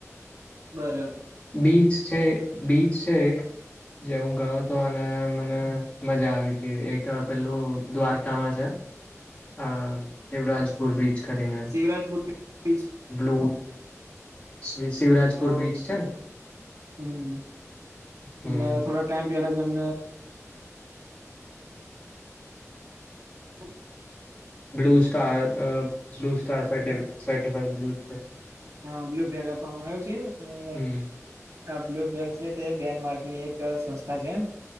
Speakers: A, on the right (about 85°); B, on the left (about 25°).
A: બરાબર.
B: બીચ છે બીચ છે એક જે હું ગયો તો અને મ મજા આવે. એક પહેલું દ્વારકામાં છે, આ શિવરાજપુર બીચ. કરીને
A: શિવરાજપુર બીચ
B: બ્લુ. શિવરાજપુર
A: હમ તો
B: બીચ છે ને
A: હમ
B: હમ
A: અને થોડા ટમ પેલા જમ હ.
B: બ્લ સ્ટાર અ બ્લુ સ્ટાર સફાઈડ <unintelligible>
A: હા બ્લુ ફ્લેગ આપવામાં આવ્યો છે અને
B: હમ
A: આ બ્લુ ફેગ છે તે ડેનમાર્ક ની એક સંસ્થા છે,